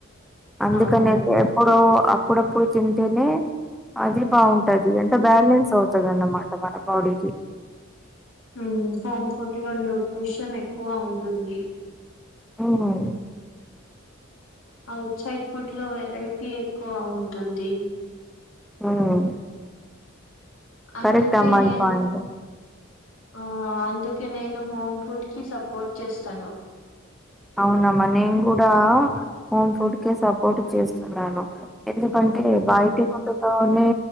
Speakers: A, in the centre; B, on the left.
A: అందుకనే
B: అవును
A: ఇప్పుడు అప్పుడప్పుడు తింటేనే అది బాగుంటది అంటే బ్యాలెన్స్ అవుతది అన్నమాట మన
B: స
A: బాడీకి
B: స <unintelligible> ఉం హోమ్ ఫుడ్ లో న్యూట్రిషన్ ఎక్కువ ఉంటుంది
A: ఉం
B: ఔట్ సైడ్ ఫుడ్ లో వెరైటీ ఎక్కువ ఉంటుంది
A: ఉం
B: అందుకే
A: కరెక్ట్ అమ్మా ఆది
B: నేను
A: పాయింట్ ఉం
B: ఆ అందుకే నేను హోమ్ ఫుడ్ కి సపోర్ట్ చేస్తాను
A: అవునమ్మా నేను కూడా హోమ్ ఫుడ్ కే సపోర్ట్ చేస్తున్నాను ఎందుకంటే బయటి
B: ఉమ్
A: ఫోటల్లోనే